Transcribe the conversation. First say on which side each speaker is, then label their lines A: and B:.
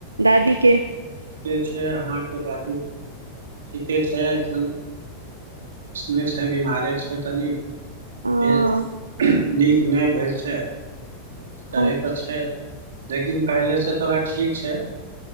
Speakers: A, on the right (about 80°); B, on the right (about 65°).
A: दादी के
B: सब ठीके छै अहाँके दादी दादी ठीके छै एखनऽ पोसने छै बमारे छै तनी
A: अ
B: से नीक नहि भेल छै बिस्तरे
A: अच्छा
B: पर छै लेकिन पहिलेसँ थोड़ा ठीक छै।